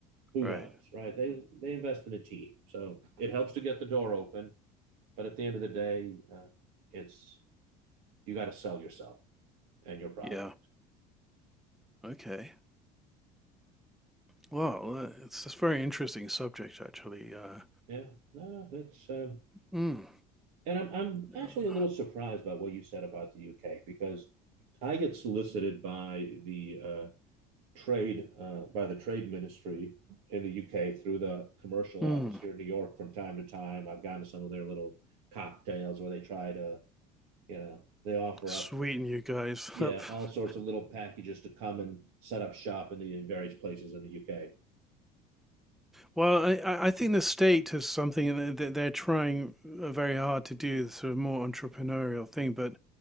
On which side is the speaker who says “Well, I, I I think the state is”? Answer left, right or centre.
Centre